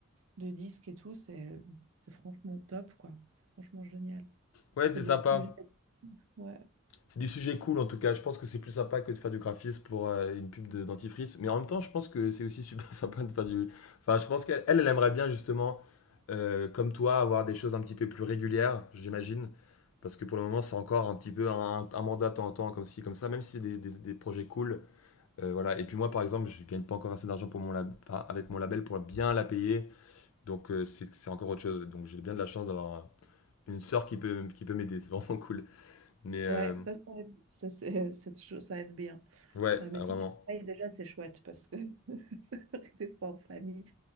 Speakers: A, on the right (about 70°); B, on the left (about 80°).
A: de disques et tout, c'est c'est franchement top, quoi. C'est franchement génial.
B: Ouais,
A: C'est
B: c'est
A: des
B: sympa.
A: sujets. ouais.
B: C'est du sujet cool en tout cas. Je pense que c'est plus sympa que de faire du graphisme pour euh, une pub de dentifrice. Mais en même temps, je pense que c'est aussi super <laughs> sympa de faire du. Enfin, je pense qu'elle, elle, elle aimerait bien justement, euh, comme toi, avoir des choses un petit peu plus régulières, j'imagine. Parce que pour le moment, c'est encore un petit peu un, un mandat de temps en temps, comme ci, comme ça, même si c'est des, des, des projets cool. Euh, voilà. Et puis moi, par exemple, je gagne pas encore assez d'argent pour mon lab- enfin, avec mon label pour bien la payer. Donc euh, c'est c'est encore autre chose. Donc j'ai bien de la chance d'avoir une sœur qui peut, qui peut m'aider. C'est <laughs> vraiment cool. Mais euh,
A: Ouais, ça, ça aide, ça, c'est, c'est toujours- ça aide bien.
B: ouais,
A: Euh, mais
B: ah,
A: si
B: vraiment.
A: tu travailles déjà, c'est chouette parce que <laughs> des fois en famille,